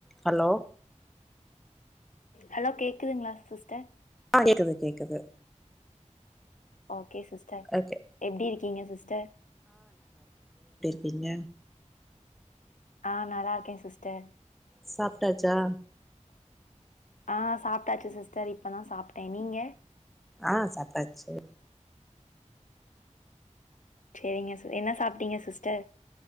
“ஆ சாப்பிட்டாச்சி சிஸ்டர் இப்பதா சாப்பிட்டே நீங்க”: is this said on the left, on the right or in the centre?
Left